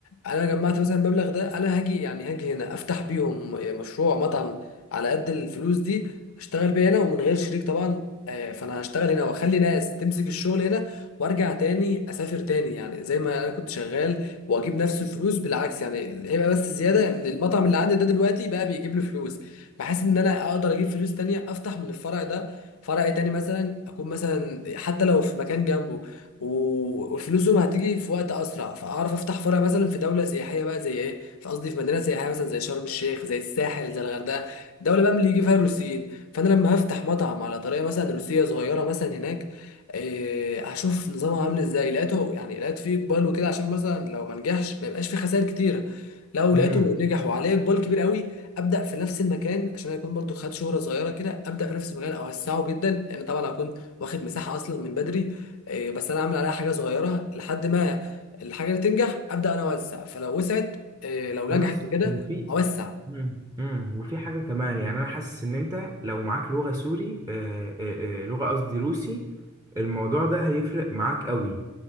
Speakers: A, on the left; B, on the right.
A: انا جمعت مثلا المبلغ ده انا هاجي يعني هاجي هنا افتح بيهم مشروع مطعم على قد الفلوس دي اشتغل بيها هنا ومن غير شريك طبعا آه، فانا هشتغل هنا واخلي ناس تمسك الشغل هنا وارجع تاني اسافر تاني يعني زي ما انا كنت شغال واجيب نفس الفلوس بالعكس يعني هيبقى بس زياده ان المطعم اللي عندي ده دلوقتي بقى بيجيب لي فلوس بحيث ان انا اقدر اجيب فلوس تانية افتح من الفرع ده فرع تاني مثلا اكون مثلا حتى لو في مكان جنبه و- وفلوسهم هتيجي في وقت اسرع فاعرف افتح فرع مثلا في دوله سياحيه بقى زي ايه في قصدي في مدينه سياحيه مثلا زي شرم الشيخ زي الساحل زي الغردقه دوله بقى من اللي يجي فيها الروسيين فانا لما هفتح مطعم على طريقه مثلا روسيه صغيره مثلا هناك آه، هشوف نظامها عامل ازاي لقيته يعني لقيت فيه اقبال وكده عشان مثلا لو ما نجحش ما يبقاش فيه خسائر كتيره لو
B: امم.
A: لقيته نجح وعليه اقبال كبير قوي ابدا في نفس المكان عشان اكون برضو خدت شهره صغيره كده ابدا في نفس المكان اوسعه جدا لان طبعا هكون واخد مساحه اصلا من بدري آه، بس انا عامل عليها حاجه صغيره لحد ما الحاجه اللي تنجح ابدا انا اوسع فلو وسعت آه، لو نجحت
B: بص
A: وكده
B: وفي
A: اوسع
B: مم. مم. وفي حاجة كمان يعني أنا حاسس إن أنت لو معاك لغة سوري آه، آه، آه، لغة قصدي روسي الموضوع ده هيفرق معاك قوي